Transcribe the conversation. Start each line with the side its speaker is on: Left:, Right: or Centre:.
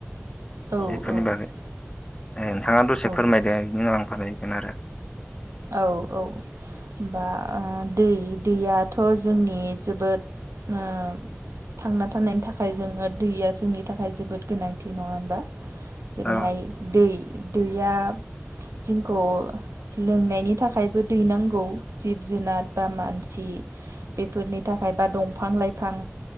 Right: औ
Left: बेफोरनि
Right: औ
Left: बागै ओ नोंथाङा दसे
Right: औ
Left: फोरमायदों बिनि उन आं फोरमाय बेनो आरो।
Right: औ औ। बा ओ दै दैयाथ' जोंनि जोबोद ओ थांना थानायनि थाखाय जोङो दैया जोंनि थाखाय जोबोद गोनांथि नङा होनबा? जेरैहाय
Left: औ
Right: दै दैया जोंखौ लोंनायनि थाखायबो दैनांगौ जिब जुनार बा मानसि बेफोरनि थाखाय बा दंफां-लाइफां